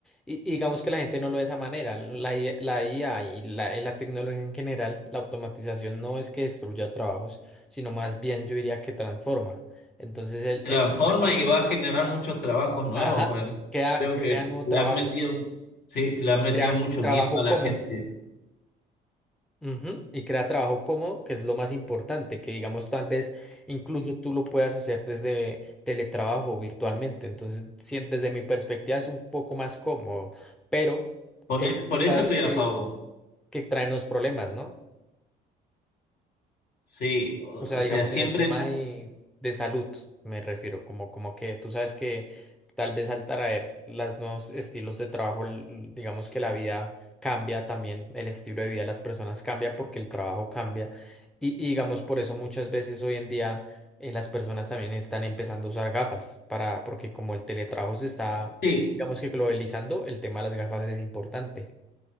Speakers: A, in the centre; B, on the left (about 65°).
A: Y y digamos que la gente no lo ve de esa manera. La, I- la IA y la, y la tecnología en general, la automatización no es que destruya trabajos, sino más bien yo diría que transforma. Entonces él,
B: Transforma
A: él llega,
B: y va a generar muchos trabajos nuevos.
A: ajá,
B: ¿verdad?
A: crea,
B: Creo
A: crea
B: que
A: nuevo
B: le
A: trabajo
B: han metido, sí, le
A: y,
B: han metido
A: y crea
B: mucho
A: trabajo
B: miedo a la
A: cómodo.
B: gente.
A: Ujú, Y crea trabajo cómodo, que es lo más importante, que digamos tal vez incluso tú lo puedas hacer desde teletrabajo o virtualmente. Entonces, sí, desde mi perspectiva es un poco más cómodo, pero
B: Por,
A: eh, tú
B: por
A: sabes
B: eso estoy a
A: que...
B: favor.
A: que traen los problemas, ¿no?
B: Sí, o,
A: O sea,
B: o
A: digamos
B: sea, siempre,
A: en el tema de, de salud, me refiero, como, como que tú sabes que tal vez al traer los nuevos estilos de trabajo, l- digamos que la vida cambia también, el estilo de vida de las personas cambia porque el trabajo cambia. Y, y digamos por eso muchas veces hoy en día eh, las personas también están empezando a usar gafas para, porque como el teletrabajo se está,
B: sí,
A: digamos que globalizando, el tema de las gafas es importante.